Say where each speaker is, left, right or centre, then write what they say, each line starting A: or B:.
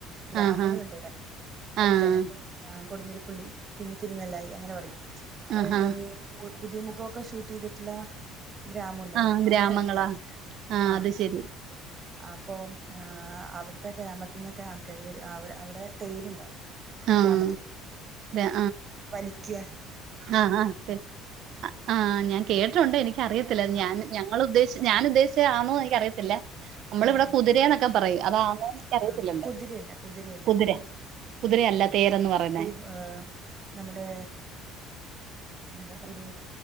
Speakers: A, on the right (about 35°); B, on the right (about 55°).
A: ഗ്രാമങ്ങള്ണ്ട്
B: ആഹ് ആഹ്
A: ഇവിടെ അടുത്ത്
B: ആഹ്
A: തന്നെ കുടു ആ കൊടുതിരിപ്പള്ളി പിന്നെ തിരുനെല്ലായി അങ്ങനെ പറയും കുറെ
B: ആഹാ
A: ഈ പുതിയ മുഖമൊക്കെ ഷൂട്ട് ചെയ്തിട്ടുള്ള ഗ്രാമണ്ടല്ലോ
B: ആഹ്
A: അത്
B: ഗ്രാമങ്ങളാ
A: ഇവിടെ അടുത്താണ് ആഹ്
B: അത് ശരി
A: അപ്പോ ആ അവിടുത്തെ ഗ്രാമത്തിൽ നിന്നൊക്കെ ആൾക്കാര് വരും അവിടെ അവിടെ തേരുണ്ടാവും
B: ആഹ്
A: ഗ്രാമത്തില്
B: ആഹ്
A: വലിക്ക്യാ
B: ആഹ് ഹാ തേ ആഹ് ഞാൻ കേട്ടിട്ടുണ്ട് എനിക് അറിയത്തില്ല ഞാൻ
A: ആഹ്
B: ഞാൻ ഇങ്ങള് ഉദ്ദേശി ഞാൻ ഉദ്ദേശിച്ചത് ആണോ എനിക്ക് അറിയത്തില്ല നമ്മളിവിടെ
A: ആഹ്
B: കുതിരയന്നൊക്കെ പറയും അതാണോന്ന് ക്കറിയത്തില്ലല്ലേ
A: ആഹ് കുതിരയല്ല കുതിരയല്ല
B: കുതിര കുതിരയല്ല തേരന്ന് പറയുന്നേ
A: ഹോ നമ്മുടെ എന്താപ്പ ഒരു